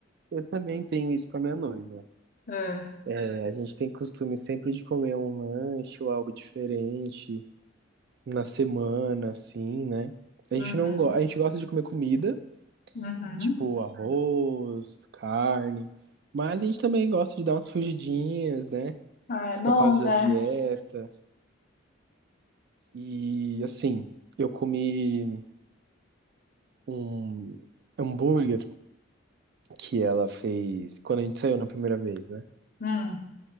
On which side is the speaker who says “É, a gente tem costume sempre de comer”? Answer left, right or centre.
Right